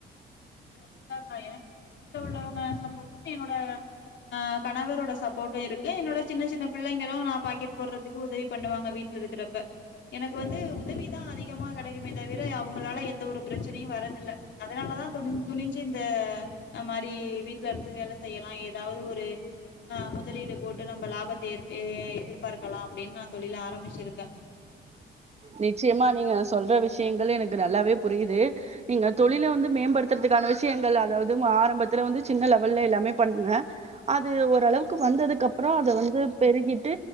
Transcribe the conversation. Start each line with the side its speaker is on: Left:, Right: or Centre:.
Left: கண்டிப்பா பா எனக்கு வந்து வீட்டுல உள்ளவங்க சப்போர்ட்னா என்னோட ஆஹ் கணவரோட சப்போர்ட்டு இருக்கு என்னோட சின்ன சின்ன பிள்ளைங்களும் நான் பாக்கெட் போடுறதுக்கு உதவி பண்ணுவாங்க வீட்ல இருக்கிறப்ப எனக்கு வந்து உதவிதான் அதிகமா கெடைக்குமே தவிர அவங்களால எந்த ஒரு பிரச்சனையும் வரதில் அதனாலதான் <unintelligible> துணிஞ்சு இந்த மாரி வீட்டுல இருந்து வேல செய்யலாம் ஏதாவது ஒரு ஆஹ் முதலீடு போட்டு நம்ம லாபத்தை எ எதிர்பார்க்கலாம் அப்படின்னு நான் தொழில ஆரம்பிச்சிருக்கேன்
Right: நிச்சயமா நீங்க சொல்ற விஷயங்கள் எனக்கு நல்லாவே புரியுது நீங்க தொழில வந்து மேம்படுத்துறதுக்கான விஷயங்கள் அதாவது ஆரம்பத்துல வந்து சின்ன லெவல்ல எல்லாமே பண்ணுங்க அது ஓரளவு வந்ததுக்கு அப்பறோ அத வந்து பெருகிட்